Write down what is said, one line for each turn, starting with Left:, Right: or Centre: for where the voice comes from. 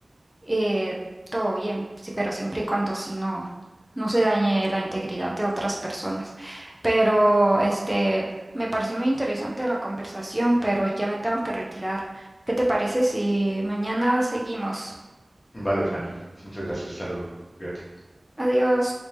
Centre: eh, todo bien, sí, pero siempre y cuando si no, no se dañe la integridad de otras personas. Pero este, me pareció muy interesante la conversación, pero ya me tengo que retirar. ¿Qué te parece si mañana seguimos?
Left: Vale, Fanny. Muchas gracias. Hasta luego. Cuídate.
Centre: Adiós.